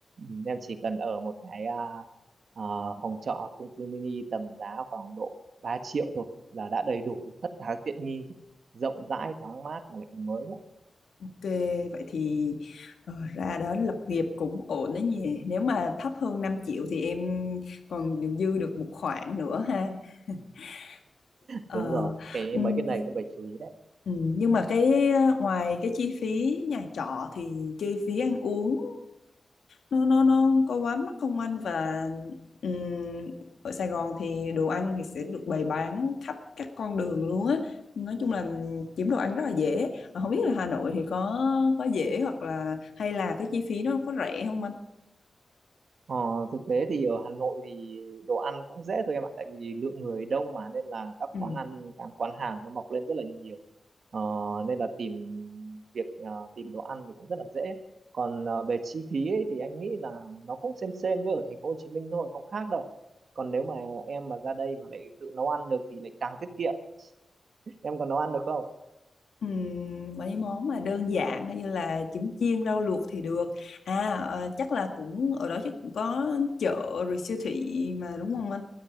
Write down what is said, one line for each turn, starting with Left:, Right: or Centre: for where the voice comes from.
Right: ừ, em chỉ cần ở một cái à, à, phòng trọ chung cư mini tầm giá khoảng độ 3 triệu thôi là đã đầy đủ tất cả các tiện nghi rồi. Rộng rãi, thoáng mát mà lại còn mới nữa.
Left: ok vậy thì ờ, ra đó lập nghiệp cũng ổn đấy nhỉ. Nếu mà thấp hơn 5 triệu thì em còn được dư được một khoản nữa ha. <laughs> Ờ,
Right: Đúng rồi, cái
Left: ừm,
Right: mấy cái này cũng phải chú ý đấy.
Left: Ừ, nhưng mà cái ờ, ngoài cái chi phí nhà trọ thì chi phí ăn uống nó nó nó không có quá mắc không anh và ừm, ở Sài Gòn thì đồ ăn thì sẽ được bày bán khắp các con đường luôn á nói chung là kiếm đồ ăn rất là dễ Mà không biết là Hà Nội thì có có dễ hoặc là hay là cái chi phí nó có rẻ không anh
Right: Ờ, thực tế thì ở Hà Nội thì đồ ăn cũng dễ thôi em ạ tại vì lượng người đông mà nên là các
Left: Ừ.
Right: quán ăn các quán hàng nó mọc lên rất là nhiều ờ, nên là tìm việc ờ, tìm đồ ăn thì cũng rất là dễ còn ờ, về chi phí ấy, thì anh nghĩ là nó cũng xem xem với ở thành phố Hồ Chí Minh thôi không khác đâu còn nếu mà em mà ra đây mà lại tự nấu ăn được thì lại càng tiết kiệm <laughs> em còn nấu ăn được không
Left: Ừm, mấy món mà đơn giản như là trứng chiên rau luộc thì được à ờ, chắc là cũng ở đó chắc cũng có chợ rồi siêu thị mà đúng không anh